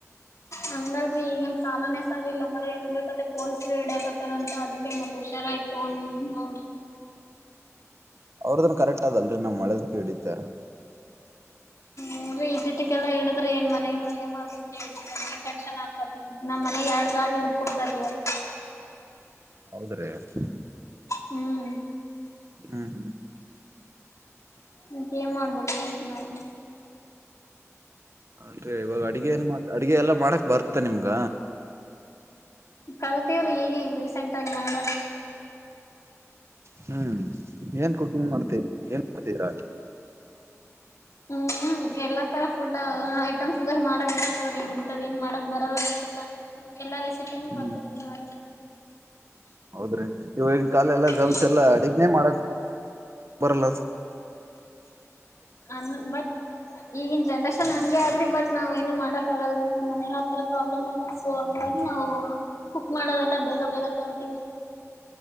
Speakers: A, on the left; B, on the right.
A: ಹಂಗಲ್ರರಿ ಈಗನ್ ಕಾಲನೇ ಸರಿ ಇಲ್ಲ ಬರಿ ಎಲ್ಲಿ ಬೇಕಲ್ಲಿ ಪೋಲಿಸಾರು ಇಡಿಯಕಾತರ ರ ಅಂತ ಅದಕ್ಕೆ ಮತ್ತೆ ಹುಷಾರಾಗಿ ಫೋನ್ ನೋಡ್ರಿ
B: ಅವ್ರದನ್ ಕರೆಕ್ಟ್ ಅದಲ್ರಿ ನಾ ಮಾಡದಕ್ಕೆ ಇಡೀತಾರೆ
A: ಹುನ್ರಿ ಈಟಿಟಕ್ಕೆಲ್ಲ ಇಡಿದ್ರೆ ಏನ್ ಮನೆಗೋ ಏನೋ ಟೆನ್ಶನ್ ಆಗ್ತರಾ ನಮ್ಮ ಮನೆಯಾಗ ಎರಡ್ ಗಾಡಿ ಹಿಡದು ಕುಂತಾರೀ ಇವತ್ತು
B: <unintelligible>
A: ಹ್ಮ್
B: ಹ್ಮ್
A: ಈಗ ಏನ್ ಮಾಡ್ಬೇಕು ನೋಡ ರೀ ನಾವು
B: ಅಲ್ರಿ ಇವಾಗ ಅಡಗೆ ಏನ್ ಅಡಗೆ ಎಲ್ಲಾ ಮಾಡಕ್ ಬರ್ತ ನಿಮ್ಗ
A: ಕಲ್ತೀವ್ರಿ ಈಗೀಗ ರೀಸೆಂಟ್ ಆಗಿ ಮಾಡದ
B: ಹ್ಮ್ ಏನ್ ಕುಕಿಂಗ್ ಮಾಡ್ತೇರಿ ಏನ್ ಮಾಡ್ತೇರ
A: ಹ್ಮ್್ಮಹು ಎಲ್ಲಾ ತರ ಫುಡ್ ಐಟಮ್ಸ್ ಇದರ ಮಾಡಕ ಇಂತದ ಏನ್ ಮಾಡಕ್ ಬರಲ್ಲ ಅಂತಿಲ್ಲ ಎಲ್ಲಾ ರೆಸಿಪ ಹು
B: ಹ್ಮ್
A: ಬರ್ತತಿ ಮಾಡಕ್
B: ಹೌದ್ರಿ ಇವಾಗಿನ ಕಾಲ ಎಲ್ಲ ಗರ್ಲ್ಸ್
A: ಹ್ಮ್
B: ಎಲ್ಲ ಅಡಗ್ನನೆ ಮಾಡಕ್ ಬರಲ್ಲ
A: ಅನ್ನ ಬತಿ ಈಗಿನ್ ಜನ್ರೇಷನ್ ಹಂಗೆ ಆದ್ರಿ ಬಟ್ ನಾವ್ ಏನು ಮಾಡಕ್ ಆಗಲ್ ನಮ್ಮ ಮನೆ ಆತರ ಪ್ರಾಬ್ಲಮ್ ಆದ ಸೊ ಹಂಗಾಗಿ ನಾವು ಕುಕ್ ಮಾಡೋದೆಲ್ಲ ಬೇಗ ಬೇಗ ಕಲ್ತೀವಿ.